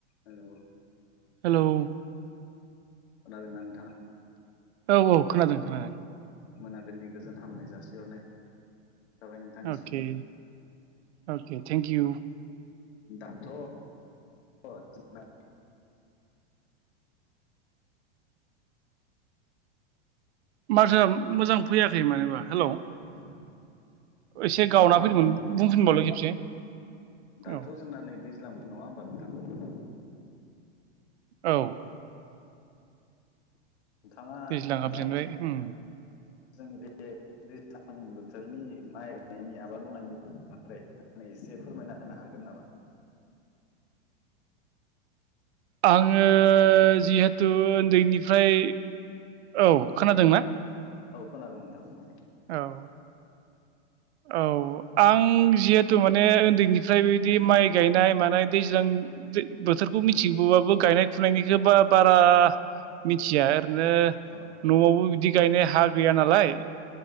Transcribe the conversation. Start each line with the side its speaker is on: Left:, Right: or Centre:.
Left: Hello
Right: hello
Left: खोनादोंना नोंथांआ
Right: औ औ खोनादों खोनादों।
Left: मोनाबिलिनि गोजोन हामनाय जासिहरनाय थाबाय नोंथांनिसिम
Right: अके अके थेंकिइउ।
Left: दाथ जोंना
Right: माथोआ मोजां फैयाखै मानोबा हेलौ।
Left: <inaudible>
Right: एसे गावना
Left: औ आं
Right: फैदोंमोन
Left: खोनादों नोंथां
Right: बुंफिनबावलै खेबसे।
Left: दाथ
Right: औ
Left: जोंना नै दैज्लां नङा होमबां नोंथां?
Right: औ।
Left: नोंथाङा
Right: दैज्लां हाबजेनबाय
Left: दा
Right: उम
Left: जोंनि बे दैज्लां बोथोरनि माइ गायनायनि आबाद मावनायनि बारै आ एसे फोरमायना होनो हागोन नामा? <inaudible>
Right: आङो
Left: हेलौ
Right: जिहेथु उन्दैनिफ्राय
Left: अ
Right: औ
Left: अ
Right: खोनादोंना?
Left: औ खोनादों नोंथां बुं
Right: औ। औ आं जिहेथु माने उन्दै निफ्राय बेबायदि माइ गायनाय मानाय दैज्लां बोथोरखौ मिथिगोबाबो गायनाय फुनायनिखोबा बारा मिथिया ओरैनो
Left: औ औ
Right: नआवबो बिदि गायनाय हा गैया नालाय